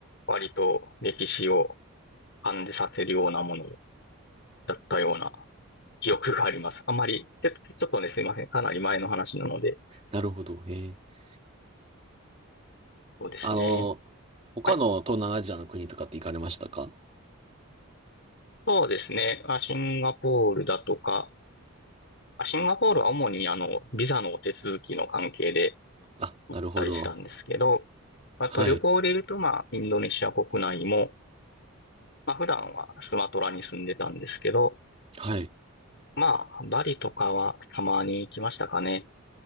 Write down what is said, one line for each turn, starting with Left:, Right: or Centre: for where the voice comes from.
Left: 割と歴史を感じさせるようなものだったような記憶があります。あまり、ちょっと、ちょっとね、すいません。かなり前の話なので、
Right: なるほど。えー
Left: そうですね。
Right: あの、他の東南アジアの国とかって行かれましたか
Left: はい。そうですね。あ、シンガポールだとか、あ、シンガポールは主にあの、ビザの手続きの関係で
Right: あ、
Left: 行ったりしたんですけど、
Right: なるほど。
Left: あと旅行で言うと、
Right: はい。
Left: まあ、インドネシア国内も、まあ普段はスマトラに住んでたんですけど、
Right: はい。
Left: まあ、バリとかはたまに行きましたかね。